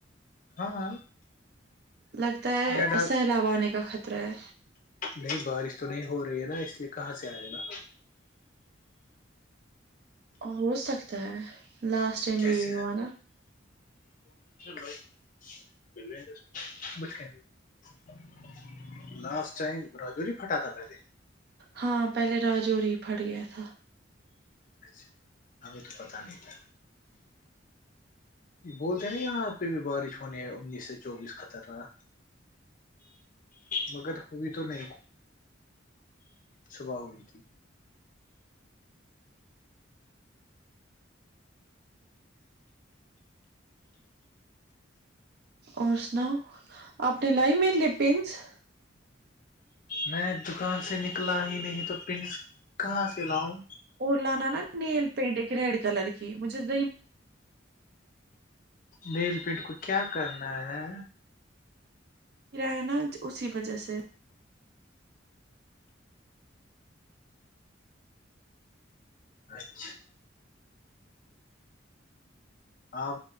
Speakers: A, on the left (about 45°); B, on the right (about 55°).
A: ہاں
B: لگتا ہے
A: ڈڈا
B: سیلاب آنے کا خط طرہ ہے
A: نہیں بارش تو نہیں ہو رہی ہے نا اس لیے کہاں سے آئے گا
B: ہو سکتا ہے لاسٹ ٹائم
A: کیسے
B: بھی یہی ہوا نا
A: بھائی <unintelligible> لاسٹ ٹائم راجو ہی پھٹا تھا پہلے
B: ہاں پہلے راجو ری پھٹ گیا تھا
A: اچھا ابھی تو پتہ نہیں تھا بولتے ہیں نا یہاں پہ بھی بارش ہونے ہے انیس سے چوبیس خطر ناک مگر ہوئی تو نہیں صبح ہوئی تھی
B: اور سناؤ آپ نے لائی میرے لئے پنس
A: میں دکان سے نکلا ہی نہیں تو پنس کہاں سے لاؤں
B: اور لانا نا نیل پینٹ ایک ریڈ کلر کی مجھے دو
A: نیل پینٹ کو کیا کرنا ہے
B: لے آنا اسی وجہ سے
A: اچھا آپ